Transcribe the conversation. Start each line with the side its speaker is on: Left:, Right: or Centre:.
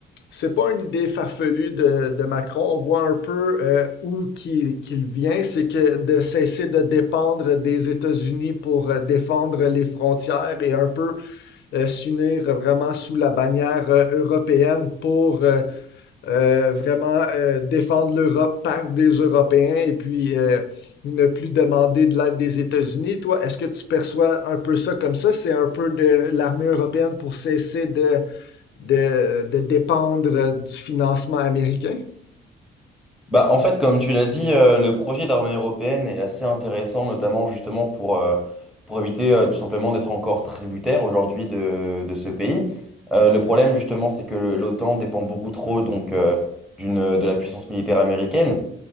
Left: c'est pas une idée farfelue de, de Macron. On voit un peu euh, où qu'il qu'il vient, c'est que de cesser de dépendre des États-Unis pour euh, défendre les frontières et un peu euh, s'unir vraiment sous la bannière euh, européenne pour euh, euh, vraiment euh, défendre l'Europe par des Européens et puis euh, ne plus demander de l'aide des États-Unis. Toi, est-ce que tu perçois un peu ça comme ça? C'est un peu de l'armée européenne pour cesser de, de, de dépendre euh, du financement américain?
Centre: Bah, en fait, comme tu l'as dit, euh, le projet d'armée européenne est assez intéressant, notamment justement pour, euh, pour éviter euh, tout simplement d'être encore tributaire aujourd'hui de, de ce pays. Euh, le problème justement, c'est que l'OTAN dépend beaucoup trop donc euh, d'une, de la puissance militaire américaine,